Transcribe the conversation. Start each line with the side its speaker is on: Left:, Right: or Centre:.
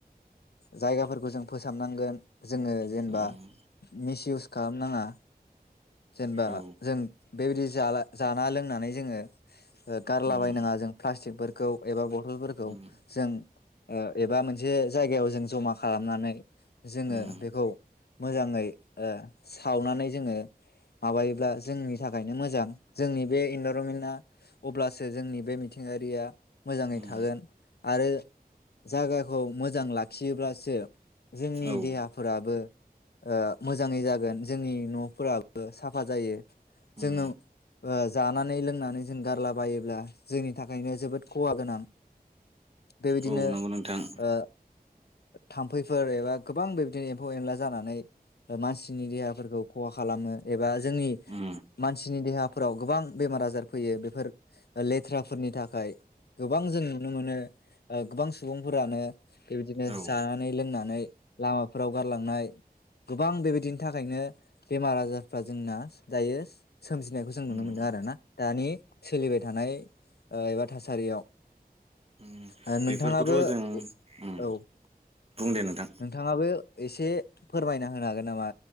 Left: जायगाफोरखौ जों फोसाबनांगोन। जोङो जेनेबा
Right: उम
Left: मिस इउस कामनाङा। जेनेबा
Right: औ
Left: जों बेबादि जाला जाना लोंनानै जोङो ओ गारलाबायनाङा
Right: उम
Left: जों प्लास्टिक फोर कौ एबा ब थलफोरखौ
Right: उम
Left: जों ओ एबा मोनसे जायगायाव जों जमा खालामनानै जोङो
Right: उम
Left: बेखौ मोजाङै ओ सावनानै जोङो माबायोब्ला जोंनि थाखायनो मोजां। जोंनि बे इन <unintelligible> अब्लासो जोंनि बे मिथिंगारिया मोजाङै
Right: उम
Left: थागोन आरो जागाखौ मोजां लाखियोब्लासो जोंनि
Right: औ
Left: देहाफोराबो ओ मोजाङै जागोन जोंनि न'फोराबो साफा जायो
Right: उम
Left: जोङो ओ जानानै लोंनानै जों गारलाबायोब्ला जोंनि थाखायनो जोबोद खहा गोनां। बेबायदिनो
Right: औ नोंगौ नोंथां।
Left: ओ थाम्फैफोर एबा गोबां बेबदिनो एम्फौ एनला जानानै ओ मानसिनि देहाफोरखौ खहा खालामो एबा जोंनि
Right: उम
Left: मानसिनि देहा फोराव गोबां बेमार आजार फैयो बेफोर लेथ्राफोरनि थाखाय गोबां जों नुनो मोनो ओ गोबां सुबुंफोरानो बेबायदिनो
Right: औ
Left: जानानै लोंनानै लामाफोराव गारलांनाय गोबां बेबायदिनि थाखायनो बेमार आजारफ्रा जोंना दायो सोमजि नायखौ जों नुनो
Right: उम
Left: मोनदों आरो ना दानि सोलिबाय थानाय ओ एबा थासारियाव।
Right: उम
Left: ओ नोंथाङाबो
Right: बेफोरखौथ' जों उम
Left: औ।
Right: बुं दे नोंथां।
Left: नोंथाङाबो एसे फोरमायना होनो हागोन नामा